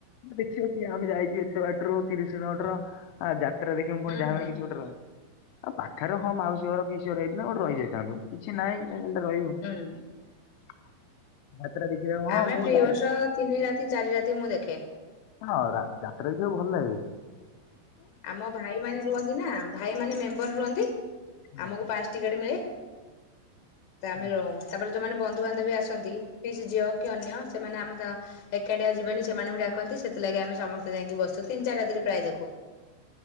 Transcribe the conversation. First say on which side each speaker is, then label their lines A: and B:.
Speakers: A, on the left; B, on the left.
A: ଦେଖିବ କିଏ ଆମେ ଯାଇଚୁ ଏତେ ବାଟରୁ ତିରିଶି କିଲୋମିଟର ଆ ଯା ପାଖରେ ଦେଖିବୁ ପୁଣି
B: ହୁଁ
A: ଯାହାବି
B: ହୁଁ
A: କିଛି
B: ହୁଁ
A: ଗୋଟେର ଆଉ ପାଖରେ ହଁ ମାଉସୀ ଘର ହେଇ ନା ଗୋଟେ ରହିଯାଇଥାନ୍ତୁ କିଛି ନାଇଁ କାଇଁ ଖାଲିଟାରେ ରହିବୁ।
B: ହୁଁ
A: ସେଟା ଦେଖିଦବ ହଁ
B: ଆମେ
A: ମୁଁ
B: ଫ୍ରି
A: ଯାଇଚି।
B: ବର୍ଷ ତିନି ରାତି ଚାରି ରାତି ମୁଁ ଦେଖେ।
A: ହଁ ରା ଯାତ୍ରା ଦେଖିବାକୁ ଭଲ ଲାଗିବ।
B: ଆମ ଭାଇମାନେ ରୁହନ୍ତି ନା ଭାଇମାନେ ମେମ୍ବର ରୁହନ୍ତି
A: ହୁଁ
B: ଆମକୁ ପାସ୍ ଟିକେଟ ମିଳେ। ତା ଆମେ
A: ହୁଁ
B: ରଉଁ ତାପ ସେମାନେ ବନ୍ଧୁବାନ୍ଧବ ବି ଆସନ୍ତି ପିଇସି ଝିଅ କି ଅନ୍ୟ ସେମାନେ ଆମେ ତା ଏକାଟିଆ ଯିବେନି ସେମାନେ ବି ଡାକନ୍ତି। ସେଥିଲାଗି ଆମେ ସମସ୍ତେ ଯାଇଁକି ବସୁ ତିନି ଚାରି ରାତିରେ ପ୍ରାୟେ ଦେଖୁ।